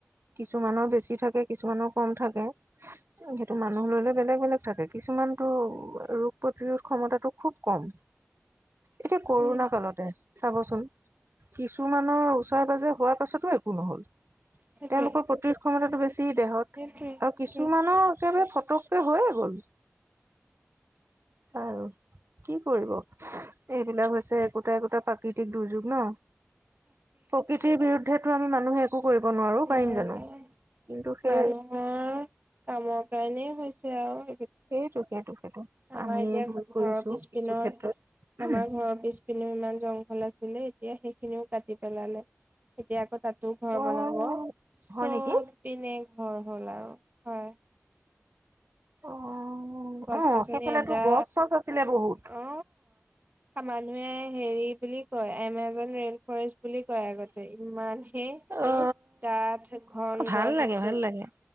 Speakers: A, on the right; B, on the right.
A: কিছুমানৰ বেছি থাকে কিছুমানৰ কম থাকে। সেইটো মানুহ লৈ লৈ বেলেগ বেলেগ থাকে, কিছুমানতো ৰোগ প্ৰতিৰোধ ক্ষমতাটো খুব কম, এতিয়া ক'ৰোণা
B: উম,
A: কালতে চাবচোন, কিছুমানৰ ওচৰে পাজৰে হোৱাৰ পাছতো একো নহ'ল
B: সেইটোৱে,
A: তেওঁলোকৰ প্ৰতিৰোধ ক্ষমতাটো বেছি দেহত
B: সেইটোৱে,
A: আৰু
B: সেইটোৱে।
A: কিছুমানৰ একেবাৰে পটকে হৈ গ, আৰু কি কৰিব, এইবিলাক হৈছে একোটা একোটা প্ৰাকৃতিক দুৰ্যোগ ন, প্ৰকৃতিৰ বিৰুদ্ধে টো আমি মানুহে একো কৰিব নোৱাৰো পাৰিম
B: নাই
A: জানো
B: নাই,
A: কিন্তু সেই
B: মানুহৰ কামৰ কাৰণেই হৈছে আও।
A: সেইটো, সেইটো। সেইটো
B: আমাৰ
A: আমিয়ে
B: এতিয়া
A: ভুল কৰিছো
B: ঘৰৰ পিছপিনৰ,
A: কিছু ক্ষেত্ৰত
B: আমাৰ
A: উম
B: ঘৰৰ পিছপিনেও ইমান জংঘল আছিলে এ এতিয়া সেইখিনিও কাটি পেলালে। এতিয়া আকৌ তাত টো ঘৰ
A: অ
B: বনাব, চব
A: হয় নেকি
B: পিনে হয়, হ'ল আৰু হয়।
A: অ
B: গছ
A: অ
B: গছনি
A: সেইফালেতো
B: এটা,
A: গছ চছ আছিলে বহুত
B: অ মানুহে হেৰি বুলি কয়, এমেজন ৰে'ন ফৰেষ্ট বুলি কয় আগতে, ইমানেই
A: অ
B: ডাঠ ঘন
A: ভাল
B: গছ
A: লাগে
B: আছিল।
A: ভাল লাগে